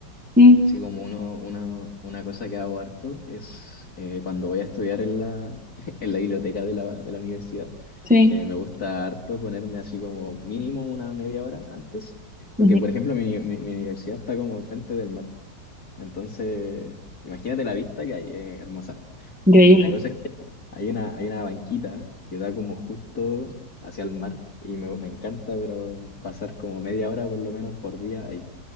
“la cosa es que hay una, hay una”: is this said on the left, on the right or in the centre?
Left